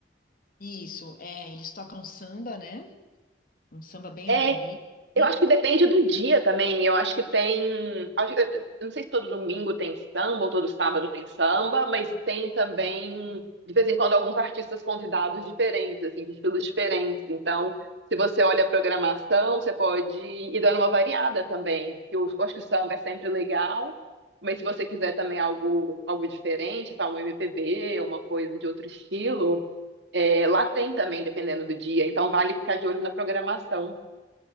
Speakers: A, on the left (about 55°); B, on the right (about 70°).
A: Isso, é. Eles tocam samba, né? Um samba bem
B: é
A: raiz.
B: Eu
A: Sim.
B: acho que depende do dia também. Eu acho que tem. acho- Eu não sei se todo domingo tem samba ou todo sábado tem samba, mas tem também, de vez em quando, alguns artistas convidados diferentes, assim, de estilos diferentes. Então, se você olha a programação, você pode ir dando uma variada também. Eu, eu acho que o samba é sempre legal, mas se você quiser também algo, algo diferente, sabe, um MPB, uma coisa de outro estilo, é, lá tem também, dependendo do dia. Então, vale ficar de olho na programação.